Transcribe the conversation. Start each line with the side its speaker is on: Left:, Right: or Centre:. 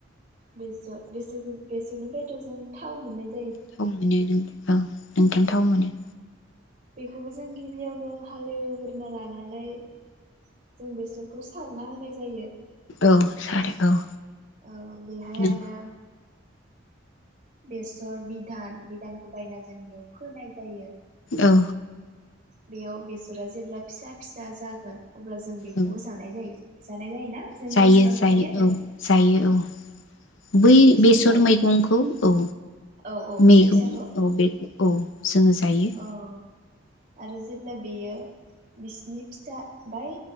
Right: बेसर बेसरखौ बेसरनिफ्रायथ जों थाव मोन्नाय
Left: थाव मोनो नोंथां औ। नोंथां थाव मोनो।
Right: बेखौबो जों गिबियावनो हालेवग्रोना लानानै जों बेसरखौ सारना होनाय जायो।
Left: औ सारो औ।
Right: औ बेहाय
Left: नों
Right: आरो बेसर बिधान बिधानखौ बायना जों बेयाव फोनाय जायो।
Left: औ।
Right: बेयाव बेसरा जेब्ला फिसा फिसा जागोन अब्ला जों बेखौ
Left: औ
Right: जानाय जायो। जानाय जायो जोंनि
Left: जायो
Right: ओनसोलाव
Left: जायो
Right: आरो
Left: औ जायो औ
Right: बेखौ
Left: बै
Right: जों
Left: बेसर
Right: जानो
Left: मैगंखौ औ
Right: औ औ फिसा
Left: मैगं
Right: फिसाखौ
Left: औ बेखौ औ जोङो जायो।
Right: औ आरो जेब्ला बेयो। बिसिनि फिसा बाय